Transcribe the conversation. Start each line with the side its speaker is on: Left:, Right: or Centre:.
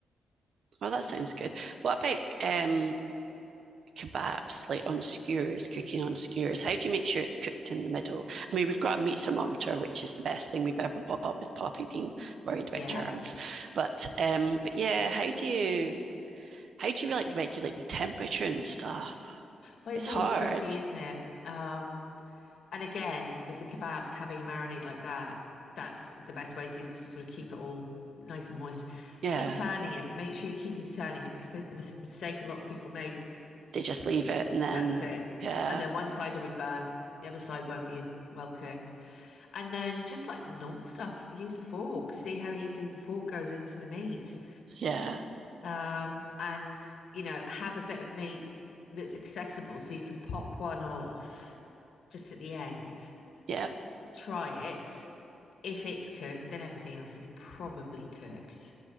Right: Well, that sounds good. What about um kebabs like on skewers, cooking on skewers? How do you make sure it's cooked in the middle? I mean, we've got a meat thermometer, which is the best thing we've ever bought with Poppy being worried about
Left: Yeah,
Right: germs. But um, but yeah, how do you how do you like regulate the temperature and stuff?
Left: Well,
Right: It's
Left: it's always
Right: hard.
Left: tricky, isn't it? Um, and again, with the kebabs, having a marinade like that, that's the best way to, to sort of keep it all nice and moist.
Right: Yeah.
Left: Keep turning it. Make sure you're keeping turning it because I think the mis mistake a lot of people make,
Right: they just leave it and then
Left: that's it.
Right: yeah,
Left: And then one side will be burnt, the other side won't be as well cooked. And then just like normal stuff, use a fork. See how easily the fork goes into the meat
Right: yeah,
Left: um, and you know, have a bit of meat that's accessible so you can pop one off just at the end,
Right: yeah.
Left: try it. If it's cooked, then everything else is probably cooked.